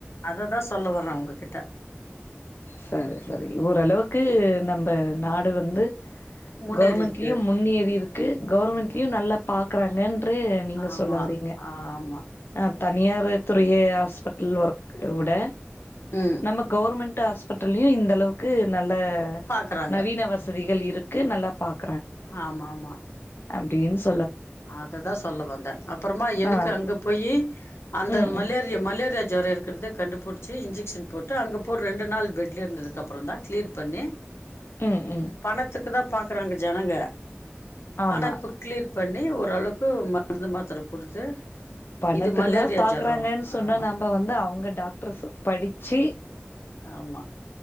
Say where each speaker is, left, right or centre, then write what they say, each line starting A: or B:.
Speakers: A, on the left; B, on the left.
A: அததா சொ சொல்ல வர்ற உங்ககிட்ட
B: செரி செரி ஓரளவுக்கு நம்ம நாடு வந்து
A: முன்னேறி
B: கொர்மெண்ட்லயும்
A: இருக்கு
B: முன்னேறி இருக்கு கொர்மெண்ட்லயும் நல்லப் பாக்றாங்கன் று நீங்க
A: ஆமா
B: சொல்ல வரீங்க
A: ஆமா
B: அப் தனியாரு துறிய ஹாஸ்பிட்டல் ஒர்க் விட
A: ம்
B: நம்ம கொர்மெண்ட் டு ஹாஸ்பிட்டலையு இந்த அளவுக்கு நல் ல
A: பாக்குறாங்க
B: நவீன வசதி கள் இருக்கு நல்லா பாக்
A: ஆமாமா
B: அப்டீன்ஸ்
A: அததா சொல்ல வந்த அப்புறமா எனுக்கு
B: ஆ
A: அங்க போயி அந்த
B: ம்
A: மலேரியா
B: ம்
A: மலே ரியா ஜோரோ இருக்றது கண்டுபிடிச்சு இன்ஜெக்சன் போட்டு அங்க போ ரெண்டு நாள் பெட்ல இருந்ததுக்கு அப்றோ தா க்ளியர் பண்ணி
B: ம் ம்
A: பணத்துக்கு தா பாக்றாங்க ஜனங்க
B: ஆமா
A: ஆனா இப்ப க்ளிர் பண்ணி ஓரளவுக்கு மருந்து மாத்திர குடுத்து
B: பணத்துக்குதா
A: இது மலேரியா
B: பாக்குறாங்கன்
A: ஜொரோ
B: சொன்னா
A: ஆமா
B: நம்ம வந்து அவுங்க டாக்ட்ரு படிச்சு
A: ஆமா